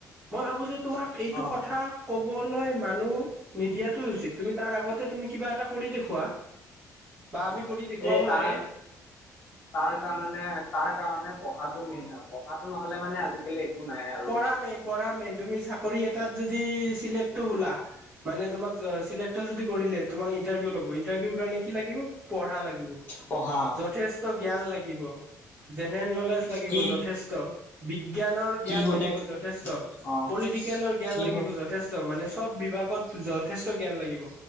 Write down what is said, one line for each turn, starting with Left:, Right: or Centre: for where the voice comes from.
Right: মই ভাবো যে তোমাক এইটো
Left: অ
Right: কথা ক'বলৈ মানুহ নিদিয়াটো উচিত, তুমি তাৰ আগতে তুমি কিবা এটা কৰি দেখুওৱা বা আমি
Left: অ',
Right: কৰি দেখুৱাব
Left: সেই তাৰ
Right: লাগে
Left: তাৰ কানণে তাৰ কাৰণে পঢ়াটো মেইন আও পঢ়াটো নহ'লে মানে আজিকালি নাই আৰু
Right: পঢ়া
Left: ন
Right: মেইন পঢ়া মেইন, তুমি চাকৰি এটাত যদি চিলেক্টটো হোলা মানে তোমাক চিলেক্ট যদি কৰিলে তোমাক ইটাৰভিউ ল'ব, ইণ্টাৰভিউৰ কাৰণে কি লাগিব? পঢ়া লাগিব
Left: পঢ়া
Right: যথেষ্ট জ্ঞান লাগিব। জেনেৰেল নলেজ লাগিব
Left: কি
Right: যথেষ্ট, বিজ্ঞানৰ জ্ঞান
Left: কি সোধে
Right: লাগিব যথেষ্ট,
Left: অ
Right: পলিটিকেলৰ জ্ঞান
Left: কি
Right: লাগিব
Left: সোধ
Right: য- যথেষ্ট। মানে চব বিভাগত যথেষ্ট জ্ঞান লাগিব